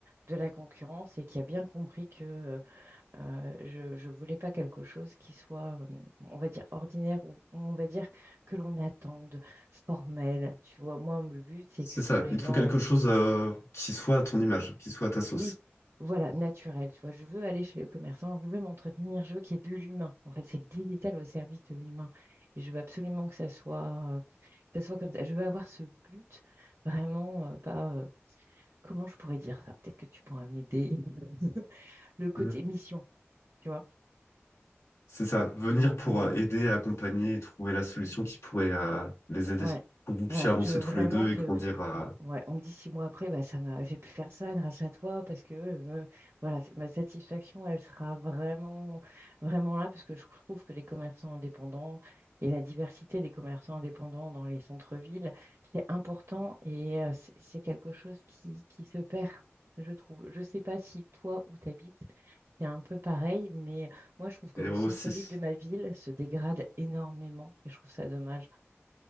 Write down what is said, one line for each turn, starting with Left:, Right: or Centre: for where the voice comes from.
Right: de la concurrence et qui a bien compris que euh, je, je voulais pas quelque chose qui soit, euh, on va dire, ordinaire ou on va dire que l'on attende, formel. Tu vois, moi, le but, c'est
Left: C'est
Right: que
Left: ça,
Right: quand les
Left: il te
Right: gens,
Left: faut quelque
Right: euh,
Left: chose euh, qui soit à ton image, qui soit à ta sauce.
Right: oui, voilà, naturel, tu vois, je veux aller chez les commerçants, je veux m'entretenir, je veux qu'il y ait de l'humain. En fait, c'est le digital au service de l'humain. Et je veux absolument que ça soit, euh, que ça soit comme ça. Je veux avoir ce but vraiment, euh, pas, euh, Comment je pourrais dire ça? Peut-être que tu pourras m'aider. <laughs> Le côté
Left: Mm.
Right: mission, tu vois.
Left: C'est ça, venir pour
Right: On,
Left: euh, aider, accompagner et trouver la solution qui pourrait euh, les aider,
Right: Ouais,
Left: pour que vous puissiez
Right: ouais,
Left: avancer
Right: je veux
Left: tous
Right: vraiment
Left: les deux
Right: que,
Left: et grandir euh,
Right: on, ouais, on me dit six mois après, bah ça m'a, j'ai pu faire ça grâce à toi parce que, euh, voilà, c'est- ma satisfaction, elle sera vraiment, vraiment là parce que je trouve que les commerçants indépendants et la diversité des commerçants indépendants dans les centres-villes, c'est important et euh, c'est c'est quelque chose qui, qui se perd, je trouve. Je sais pas si toi où t'habites, c'est un peu pareil, mais moi je trouve que
Left: et
Right: le
Left: eux
Right: centre-ville
Left: aussi.
Right: de ma ville se dégrade énormément et je trouve ça dommage.